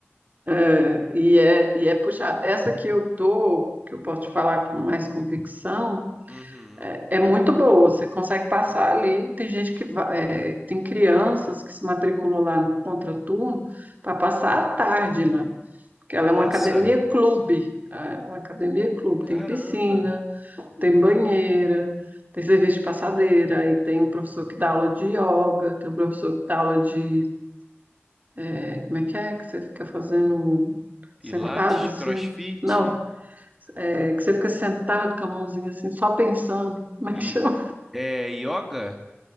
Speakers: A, on the right (about 40°); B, in the centre.
A: É, e, é, e é puxado. Essa que eu tô, que eu posso te falar com mais convicção,
B: Uhum.
A: é, é muito boa. Você consegue passar ali. Tem gente que vai, é, tem crianças que se matriculam lá no contraturno para passar a tarde lá. Porque
B: Nossa,
A: ela é uma academia clube. É uma academia clube,
B: caramba.
A: tem piscina, tem banheira, tem serviço de passadeira, aí tem um professor que dá aula de yoga, tem um professor que dá aula de. é, Como é que é? Que você fica fazendo
B: Pilates,
A: sentado assim?
B: CrossFit
A: Não, é que você fica sentado com a mãozinha assim, só pensando. <laughs> Como é
B: e
A: que chama?
B: é yoga?